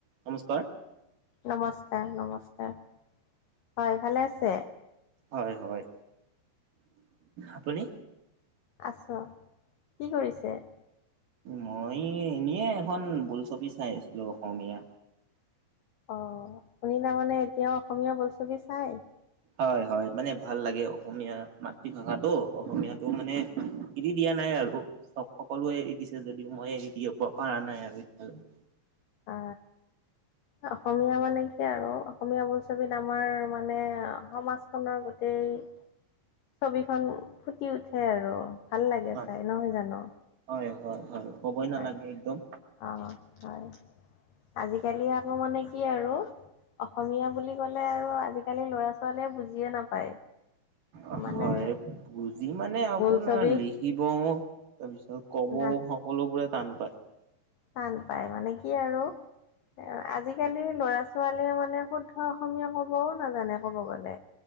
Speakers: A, on the right (about 55°); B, on the left (about 85°).
A: নমস্কাৰ।
B: নমস্কাৰ নমস্কাৰ, হয় ভালে আছে?
A: হয় হয়, আপুনি?
B: আছোঁ, কি কৰিছে?
A: মই এনেয়ে এখন বোলছবি চাই আছিলো অসমীয়া।
B: অ', আপুনি তাৰমানে এতিয়াও অসমীয়া বোলছবি চাই?
A: হয় হয় মানে ভাল লাগে অসমীয়া মাতৃভাষাটো, অসমীয়াটো মানে এৰি দিয়া নাই আৰু। সক সকলোৱে এৰি দিছে যদিও মই এৰি দিব প পাৰা নাই আৰু এতিয়ালৈকে।
B: আ, অ অসমীয়া মানে কি আৰু অসমীয়া বোলছবিত আমাৰ মানে সমাজখনৰ গোটেই ছবিখন ফুটি উঠে আৰু ভাল লাগে
A: হয়
B: চাই নহয় জানো?
A: হয় হয় হয়, ক'বই
B: হয়
A: নালাগে একদম
B: অ', হয়, আজিকালি আকৌ মানে কি আৰু অসমীয়া বুলি ক'লে আৰু আজিকালি ল'ৰা - ছোৱালীয়ে বুজিয়ে নাপায়।
A: অ
B: মানে
A: হয়, বুজি মানে আপোনাৰ
B: বোলছবি
A: লিখিবও তাৰপিছত কবও
B: না
A: সকলোবোৰে টান পায়।
B: টান পায় মানে কি আৰু এ আজিকালি লৰা - ছোৱালীয়ে মানে শুদ্ধ অসমীয়া কবও নাজানে কব গলে।